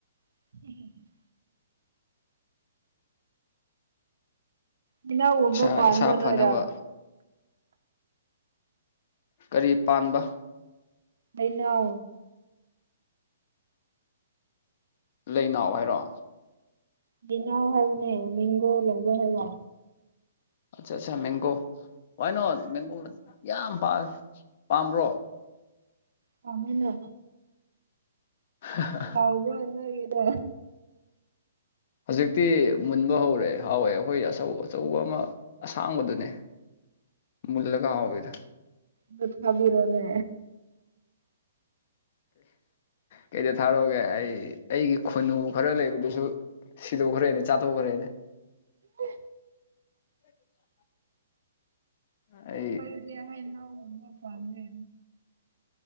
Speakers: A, on the right; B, on the left.
A: <inaudible> ꯍꯩꯅꯧꯒꯨꯝꯕ
B: ꯏꯁꯥ
A: ꯄꯥꯟꯕ꯭ꯔꯣ
B: ꯏꯁꯥ ꯐꯅꯕ
A: ꯅꯣꯏꯗ
B: ꯀꯔꯤ ꯄꯥꯟꯕ
A: ꯍꯩꯅꯥꯎ
B: ꯂꯩꯅꯥꯎ ꯍꯥꯏꯔꯣ
A: ꯂꯤꯅꯥꯎ ꯍꯥꯏꯕꯅꯦ ꯃꯦꯡꯒꯣ ꯂꯣ ꯍꯥꯏꯕ
B: ꯑꯠꯆꯥ ꯑꯠꯆꯥ ꯃꯦꯡꯒꯣ ꯋꯥꯏꯅꯣꯠ ꯃꯦꯡꯒꯣ ꯌꯥꯝ ꯄꯥꯜꯂꯦ ꯄꯥꯝꯕ꯭ꯔꯣ
A: ꯄꯥꯝꯃꯦꯅꯦ
B: <unintelligible>
A: ꯍꯥꯎꯕꯔ‌ꯣ ꯅ‌ꯣꯏꯒꯤꯗ‌ꯣ
B: ꯍꯧꯖꯤꯛꯇꯤ ꯃꯨꯟꯕ ꯍꯧꯔꯦ ꯍꯥꯎꯋꯦ ꯑꯩꯈꯣꯏꯒꯤ ꯑꯆꯧ ꯑꯆꯧꯕ ꯑꯃ ꯑꯁꯥꯡꯕꯗꯨꯅꯦ ꯃꯨꯜꯂꯒ ꯍꯥꯎꯕꯤꯗꯨ
A: ꯗꯨ ꯊꯥꯕꯤꯔꯣꯅꯦ
B: ꯀꯩꯗ ꯊꯥꯔꯛꯑꯣꯒꯦ ꯑꯩ ꯑꯩꯒꯤ ꯈꯨꯟꯅꯨ ꯈꯔ ꯂꯩꯕꯗꯨꯁꯨ ꯁꯤꯗꯣꯛꯈ꯭ꯔꯦꯅꯦ ꯆꯥꯊꯣꯛꯈ꯭ꯔꯦꯅꯦ
A: ꯑꯣ
B: <inaudible> ꯑꯥꯏꯠ
A: ꯈꯣꯏꯗꯗꯤ ꯍꯩꯅꯧꯒꯨꯝꯕ ꯄꯥꯟꯗꯦ